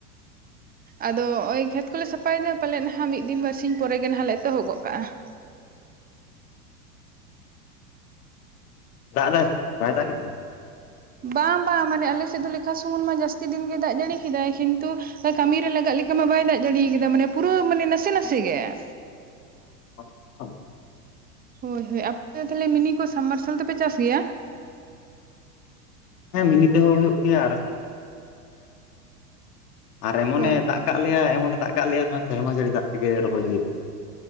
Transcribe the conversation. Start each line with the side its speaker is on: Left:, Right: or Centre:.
Right: ᱟᱫᱚ ᱱᱚᱜ-ᱚᱭ ᱠᱷᱮᱛ ᱠᱚᱞᱮ ᱥᱟᱯᱷᱟᱭᱮᱫᱟ ᱯᱟᱞᱮᱫ ᱱᱟᱦᱟᱜ ᱢᱤᱫ ᱫᱤᱱ ᱵᱟᱨᱥᱤ ᱯᱚᱨᱮᱜᱮ ᱱᱟᱦᱟᱜ ᱞᱮ ᱮᱛᱚᱦᱚᱵ ᱜᱚᱜ ᱠᱟᱜᱼᱟ ᱾
Left: ᱫᱟᱜ ᱫᱟᱭ, ᱥᱮ ᱵᱟᱝ, ᱵᱟᱭ ᱫᱟᱜᱮᱜ ᱛᱮ?
Right: ᱵᱟᱝ ᱵᱟᱝ ᱢᱟᱱᱮ ᱟᱞᱮᱥᱮᱫ ᱫᱚ ᱞᱮᱠᱷᱟ ᱥᱩᱢᱩᱱ ᱢᱟ ᱡᱟᱹᱥᱛᱤ ᱫᱤᱱ ᱜᱮ ᱫᱟᱜ ᱡᱟᱹᱲᱤ ᱠᱮᱫᱟᱭ ᱠᱤᱱᱛᱩ ᱠᱟᱹᱢᱤ ᱨᱮ ᱞᱟᱜᱟᱜ ᱞᱮᱠᱟ ᱢᱟ ᱵᱟᱭ ᱫᱟᱜ ᱡᱟᱲᱤᱭᱟ ᱠᱟᱫᱟ ᱢᱟᱱᱮ ᱯᱩᱨᱟᱹ ᱢᱟᱱᱮ ᱱᱟᱥᱮ ᱱᱟᱥᱮ ᱜᱮ ᱾
Left: <unintelligible>
Right: ᱦᱳᱭ ᱦᱳᱭ ᱟᱯᱮ ᱛᱟᱦᱚᱞᱮ ᱢᱤᱱᱤ ᱠᱚ ᱥᱟᱵ ᱢᱟᱨᱥᱟᱞ ᱫᱚᱯᱮ ᱪᱟᱥ ᱜᱮᱭᱟ?
Left: ᱦᱮᱸ ᱢᱤᱱᱤ ᱛᱮᱦᱚᱸ ᱦᱩᱭᱩᱜ ᱜᱮᱭᱟ ᱾ ᱟᱨ ᱮᱢᱚᱱᱮ
Right: ᱦᱳᱭ
Left: ᱫᱟᱜ ᱠᱟᱜ ᱞᱮᱭᱟ ᱮᱢᱚᱱᱮ ᱫᱟᱜ ᱠᱟᱜ ᱞᱮᱭᱟ ᱱᱚᱣᱟ ᱥᱮᱨᱢᱟ ᱡᱟᱹᱲᱤ ᱫᱟᱜ ᱛᱮᱜᱮ ᱨᱚᱦᱚᱭ ᱦᱩᱭᱩᱜᱼᱟ ᱾